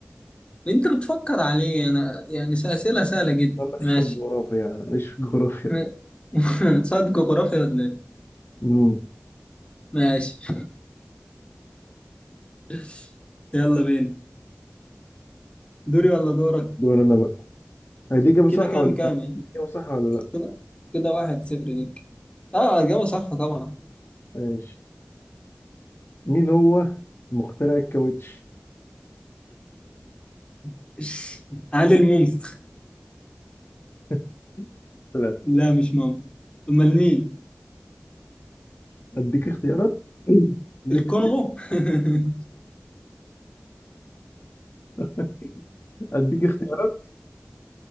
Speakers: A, on the left; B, on the left.
A: انت بتفكر عليه انا يعني اسئله سهله جدا
B: لا ماليش
A: ماشي
B: في الجغرافيا يعني ماليش في الجغرافيا
A: <laughs> م- صاد جغرافيا ولا ايه
B: <laughs> مم.
A: ماشي <laughs> يلا بينا دوري ولا دورك
B: دور انا بقى هي دي اجابة
A: كده
B: صح
A: كام
B: ولا
A: كام
B: لا؟
A: يعني
B: دي اجابة صح ولا لا؟
A: كده كده واحد صفر ليك اه اجابه صح طبعا
B: ماشي مين هو مخترع الكاوتش
A: <laughs> عادل منفخ
B: <laughs> لا
A: لا مش مامبا امال مين
B: اديك اختيارات اديك
A: الكونغو <laughs>
B: <laughs> اديك اختيارات